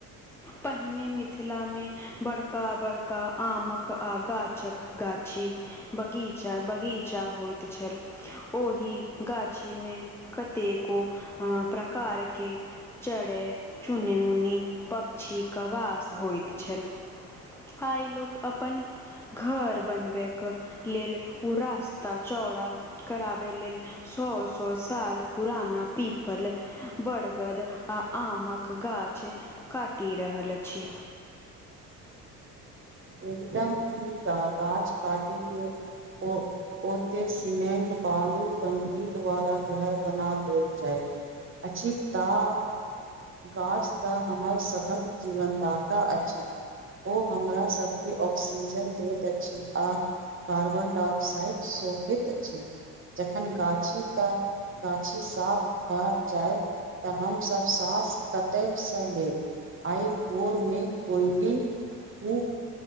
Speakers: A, in the centre; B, on the right.
A: पहिने मिथिला में, बड़का बड़का आमक आ गा छक गाछी बगीचा बगीचा होइत छल। ओही गाछी में कतेको हाँ प्रकारके चिड़ैं चुनिमुनि पक्षीके वास होइत छल। आइ लोक अपन घर बनबैके लेल उ रास्ता चौड़ा कराबै लेल सौऽ- सौऽ साल पुराना पीपल बड़गद आ आमक गाछ काटि रहल अछि।
B: एकदम ठीक आ गाछ काटै के ओ ओतेक सीमेंट बालू कंक्रीटवाला घर बना लेल जायत। <unintelligible> गाछ तऽ हमर सभक जीवनदाता अछि ओ हमरा सब के ऑक्सीजन दैत अछि आ कार्बन डाऑक्साड सोखैत अछि। जखन गाछीे क गाछे साफ भऽ जायत तऽ हमसभ साँस कतयसँ लेब। आइ भोरमें कोयली खूब